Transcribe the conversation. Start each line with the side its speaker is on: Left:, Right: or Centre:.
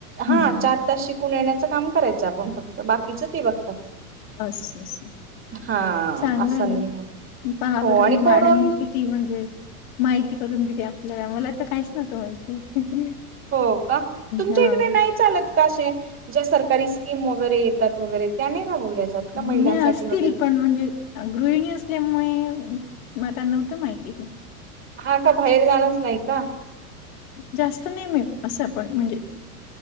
Right: हा
Left: हं हं.
Right: चार ता शिकून येण्याचं काम करायचं आपण फक्त बाकीचं ते बघतात.
Left: अस अस
Right: हा
Left: चांगलं
Right: असं
Left: आहे ना
Right: नाही
Left: <unintelligible>
Right: हो आणि
Left: मॅडमनी
Right: कोरोन
Left: कित ती म्हणजे माहिती करून दिली आपल्याला मला तर काहीच नव्हतं माहिती.
Right: हो का तुमच्या
Left: हां.
Right: इकडे नाहीत ज्या सरकारी स्कीम वगैरे येतात वगैरे त्या नाही राबवल्या जात. का
Left: नाही
Right: महिलांसाठी
Left: असतील
Right: वगैरे
Left: पण म्हणजे गृहिणी असल्यामुळे मला नव्हतं माहिती हे.
Right: हा का बाहेर जाणंच नाही का.
Left: जास्त नाही म्हण असं पण म्हणजे